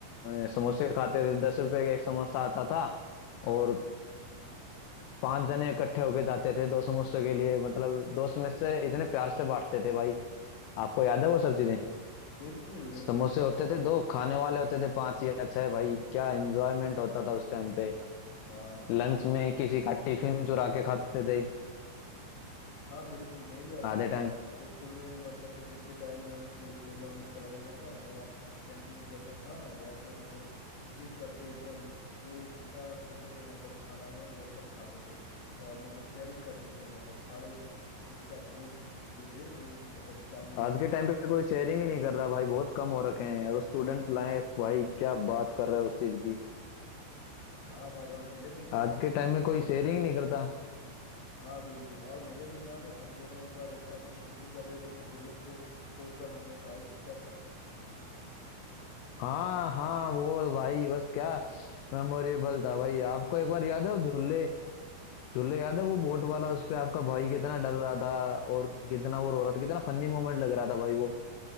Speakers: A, on the left; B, on the left.
A: अ, समोसे खाते थे दस रुपए का एक समोसा आता था और पांच जने इकट्ठे होके जाते थे दो समोसे के लिए मतलब दोस्त में से इतने प्यार से बांटते थे भाई आपको याद है वो सब चीजें
B: बिल्कुल
A: समोसे
B: एक एकदम
A: होते थे दो खाने वाले होते थे पांच या छह भाई क्या एंजॉयमेंट होता था उस टाइम पे
B: हाँ
A: लंच
B: मेरे स्कूल
A: में किसी
B: में भी
A: का
B: है।
A: टिफिन चुरा के खाते थे
B: हाँ बिल्कुल मैं भी ऐसा
A: आधे
B: करता
A: टाइम
B: था मेरे स्कूल में भी मतलब टिफिन के टाइम में प्ले ग्राउंड में चला जाता था और वहाँ कैंटीन जैसा था ना वहाँ पे हम लोग भीड़ करके एकदम जो जितना हो सके मतलब खाना है वो सब खाते थे और मतलब शेयरिंग करते थे मतलब सारे एक साथ ग्रुप जो थे वो मतलब चाउमीन
A: आज
B: हो
A: के टाइम
B: गया आपका
A: पे कोई शेयरिंग
B: चिकन हो
A: ही
B: गया
A: नहीं कर रहा भाई बहुत कम हो रखे हैं और स्टूडेंट लाइफ भाई क्या बात कर रहा है उस चीज की
B: हाँ भाई और मेले में जैसा
A: आज
B: शू,
A: के टाइम
B: शूटिंग
A: में कोई शेयरिंग नहीं करता
B: हाँ बिल्कुल और मेले में याद है हम दोनों एक बार एक साथ में शूटिंग कर रहे थे वो बेलून को फोड़कर हमने प्राइज जीता था
A: हाँ हाँ वो भाई बस क्या मेमोरेबल था भाई आपको एक बार याद है वो झूले झूले याद है वो बोट वाला उस पे आपका भाई कितना डर रहा था और कितना वो रो रहा था कितना फनी मोमेंट लग रहा था भाई वो